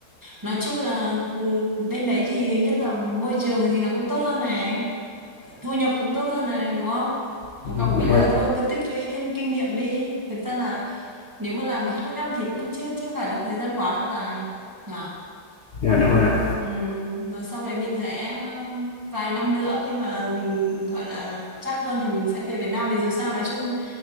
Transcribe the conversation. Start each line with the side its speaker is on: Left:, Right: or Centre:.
Right: Nói chung là ừ, bên đấy thì thứ nhất là môi trường thì nó cũng tốt hơn này, thu nhập cũng tốt hơn này đúng không?
Left: đúng
Right: Cộng với
Left: rồi
Right: là thôi cứ tích lũy thêm kinh nghiệm đi. Thực ra là nếu mà làm 2 năm thì cũng chưa chưa phải là một thời gian quá là dài. Nhỉ?
Left: dạ, đúng rồi ạ.
Right: Ừ, rồi sau đấy mình sẽ ờ, vài năm nữa khi mà mình gọi là chắc hơn thì mình sẽ về Việt Nam vì dù sao nói chung